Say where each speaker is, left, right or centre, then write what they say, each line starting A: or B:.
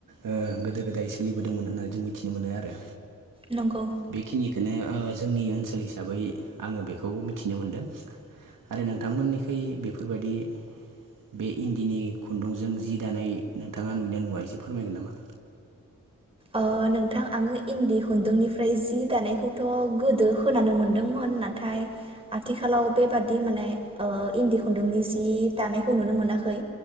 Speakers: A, on the right; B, on the right.
A: ओ गोदो -गोदाय सोलिबोदोंमोन होननानै जों मिथिनो मोनो आरो।
B: नंगौ
A: बेखिनिखौनो ओ जोंनि ओनसोल हिसाबै आङो बेखौ मिथिनो मोनदों आरो नोंथांमोननिखै बेफोरबायदि बे इन्दिनि खुन्दुंजों जि दानाय नोंथाङा नुयोना नुवा एसे फोरमायगोन नामा?
B: ओ नोंथां आङो इन्दि खुन्दुंनिफ्राय जि दानायखौथ' गोदो होनानो मोनदोंमोन नाथाय आथिखालाव बेबादि माने ओ इन्दि खुन्दुंनि जि दानायखौ नुनो मोनाखै।